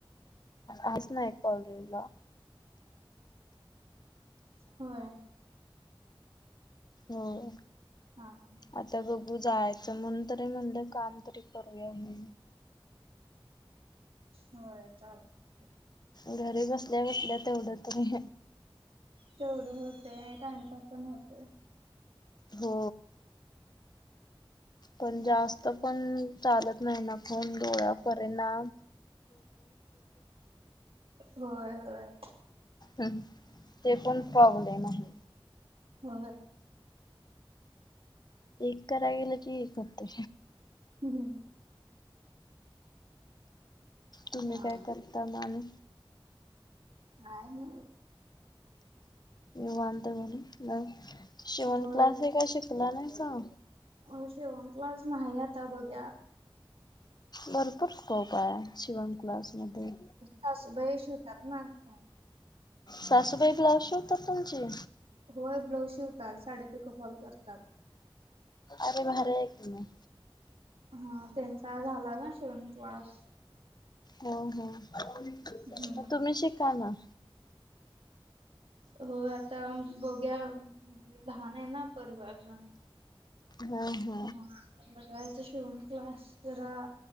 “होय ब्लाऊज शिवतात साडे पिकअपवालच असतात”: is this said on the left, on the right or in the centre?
Right